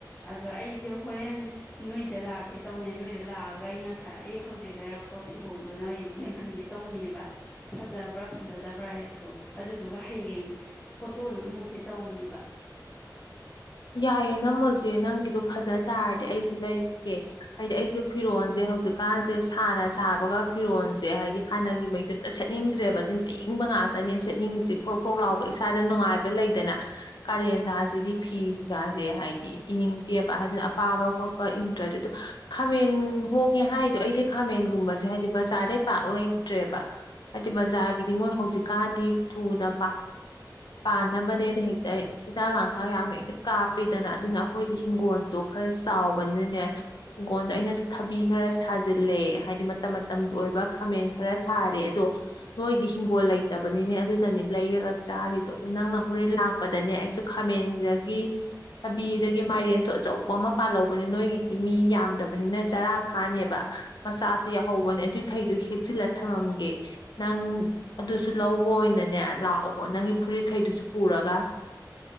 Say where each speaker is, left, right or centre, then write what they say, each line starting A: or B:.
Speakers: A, on the left; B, on the left.
A: ꯑꯗꯣ ꯑꯩꯁꯦ ꯍꯣꯔꯦꯟ ꯅꯣꯏ ꯗ ꯂꯥꯛꯀꯦ ꯇꯧꯅꯩ ꯅꯣꯏꯗ ꯂꯥꯛꯑꯒ ꯑꯩ ꯉꯁꯥꯏ ꯑꯩ ꯍꯧꯖꯤꯛ ꯂꯩꯔꯛꯄ ꯐꯤꯔꯣꯜꯗꯨꯅ ꯌꯦꯡꯍꯟꯒꯦ ꯇꯧꯅꯦꯕ ꯐꯖꯕ꯭ꯔꯥ ꯐꯖꯗꯕ꯭ꯔꯥ ꯍꯥꯏꯗꯣ ꯑꯗꯨꯗꯨꯒ ꯍꯌꯦꯡ ꯐꯣꯇꯣꯅ ꯑꯃꯨꯛꯁꯦ ꯇꯧꯅꯦꯕ
B: ꯌꯥꯏꯑꯦ ꯅꯝꯃꯣꯁꯦ ꯅꯪꯒꯤꯗꯣ ꯐꯖ ꯇꯥꯔꯗꯤ ꯑꯩꯁꯨꯦ ꯂꯩꯔꯒꯦ ꯍꯥꯏꯗꯤ ꯑꯩꯁꯨ ꯐꯤꯔꯣꯜꯁꯦ ꯍꯧꯖꯤꯛꯀꯥꯟꯁꯦ ꯁꯥꯅ ꯁꯥꯕꯒ ꯐꯤꯔꯣꯜꯁꯦ ꯍꯥꯏꯗꯤ ꯍꯥꯟꯅꯒꯤ ꯃꯩꯗꯨꯛꯇ ꯁꯦꯠꯅꯤꯡꯗ꯭ꯔꯦꯕ ꯑꯗꯨꯅ ꯑꯏꯪꯕ ꯉꯥꯛꯇꯅꯦ ꯁꯦꯠꯅꯤꯡꯉꯁꯤꯦ ꯐꯧꯣꯛ ꯐꯧ ꯂꯥꯎꯕ ꯏꯁꯥꯗ ꯅꯨꯡꯉꯥꯏꯕ ꯂꯩꯗꯅ ꯀꯥꯂꯦꯟ ꯊꯥꯁꯤꯗꯤ ꯐꯤꯖꯥꯁꯦ ꯍꯥꯏꯗꯤ ꯏꯅꯤꯡꯗꯦꯕ ꯍꯥꯏꯗꯅ ꯑꯄꯥꯕ ꯈꯣꯠꯄ ꯏꯟꯗ꯭ꯔꯗꯤ ꯑꯗꯨꯣ ꯈꯥꯃꯦꯟ ꯍꯣꯡꯉꯦ ꯍꯥꯏꯗꯣ ꯑꯩꯗꯤ ꯈꯥꯃꯦꯟꯒꯨꯝꯕꯁꯦ ꯍꯥꯏꯗꯤ ꯕꯖꯥꯔꯗꯩ ꯄꯥꯛ ꯂꯩꯇ꯭ꯔꯦꯕ ꯍꯥꯏꯗꯤ ꯕꯖꯥꯔꯒꯤꯗꯤ ꯃꯣꯏ ꯍꯧꯖꯤꯛꯀꯥꯟꯗꯤ ꯊꯨꯅ ꯄꯥꯟꯅꯕꯅꯦꯅ ꯍꯦꯛꯇ ꯍꯤꯗꯥꯛ ꯂꯥꯡꯊꯛ ꯉꯥꯛ ꯌꯥꯝ ꯍꯦꯛꯇ ꯀꯥꯞꯄꯤꯗꯅ ꯑꯗꯨꯅ ꯑꯩꯈꯣꯏꯗꯤ ꯍꯤꯡꯒꯣꯜꯗꯣ ꯈꯔ ꯆꯥꯎꯕꯅꯤꯅꯦ ꯍꯤꯡꯒꯣꯜꯗꯣ ꯑꯩꯅ ꯊꯕꯤ ꯈꯔ ꯊꯖꯤꯜꯂꯦ ꯍꯥꯏꯗꯤ ꯃꯇꯝ ꯃꯇꯝꯒꯤ ꯑꯣꯏꯕ ꯈꯥꯃꯦꯟ ꯈꯔ ꯊꯥꯔꯦ ꯑꯗꯣ ꯅꯣꯏꯗꯤ ꯍꯤꯡꯒꯣꯜ ꯂꯩꯇꯕꯅꯤꯅꯦ ꯑꯗꯨꯅꯅꯦ ꯂꯩꯔꯒ ꯆꯥꯔꯤꯗꯣ ꯑꯗꯨꯗꯣ ꯅꯪꯅ ꯍꯣꯔꯦꯟ ꯂꯥꯛꯄꯗꯅꯦ ꯑꯩꯁꯨ ꯈꯥꯃꯦꯟꯗꯒꯤ ꯊꯕꯤꯗꯒꯤ ꯃꯥꯏꯔꯦꯟꯁꯨ ꯑꯆꯧꯕ ꯑꯃ ꯄꯥꯜꯍꯧꯕꯅꯦ ꯅꯣꯏꯒꯤꯗꯤ ꯃꯤ ꯌꯥꯝꯗꯕꯅꯤꯅ ꯆꯔꯥ ꯈꯥꯅꯦꯕ ꯃꯆꯥꯁꯨ ꯌꯥꯎꯍꯧꯕꯅꯦ ꯑꯗꯨꯏꯈꯩꯗꯨꯣ ꯍꯦꯛꯆꯤꯜꯂ ꯊꯝꯃꯝꯒꯦ ꯅꯪ ꯑꯗꯨꯁꯨ ꯂꯧꯕ ꯑꯣꯏꯅꯅꯦ ꯂꯥꯛꯑꯣꯀꯣ ꯅꯪꯒꯤ ꯐꯨꯔꯤꯠꯈꯩꯗꯨꯁꯨ ꯄꯨꯔꯒ